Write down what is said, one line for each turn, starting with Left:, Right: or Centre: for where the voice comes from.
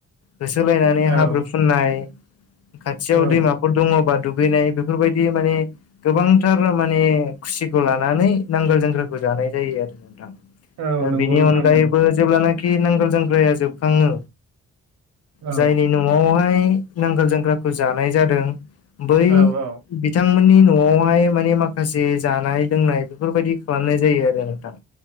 Left: होसोलायनानै हाब्रु
Right: औ
Left: फुननाय खाथियाव
Right: औ
Left: दैमा फोर दङबा दुगैनाय बेफोरबायदि माने गोबांथार माने खुसिखौ लानानै नांगोल जांख्राखौ जानाय जायो आरो नोंथां।
Right: औ नंगौ
Left: बिनि
Right: नोंथां
Left: अनगायैबो
Right: नंगौ
Left: जेब्लानाखि नांगोल जांगख्राया जोबखाङो
Right: औ
Left: जायनि न' न'आवहाय नांगोल जांख्राखौ जानाय जादों बै
Right: औ औ
Left: बिथांमोननि न'आवहाय माने माखासे जानाय लोंनाय बेफोरबायाददि खालामनाय जायो आरो नोंथां।